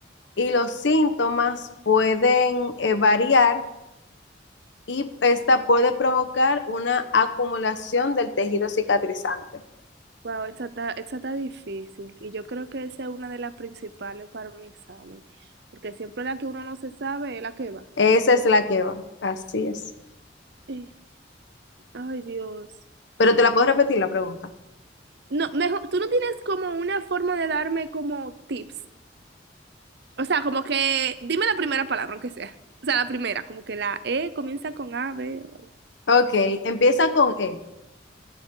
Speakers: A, on the left; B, on the right.
A: y los síntomas pueden eh, variar y esta puede provocar una acumulación del tejido cicatrizante.
B: Wow, esa está, esa está difícil. Y yo creo que esa es una de las principales para mi examen. Porque siempre la que uno no se sabe es la que va.
A: Esa es la que va, así es.
B: <clears throat> Eh, Ay, Dios.
A: Pero te la puedo repetir la pregunta.
B: No, mejor, tú no tienes como una forma de darme como tips. O sea, como que, dime la primera palabra, aunque sea. O sea, la primera, como que la E comienza con A, B. o
A: Ok, empieza con E.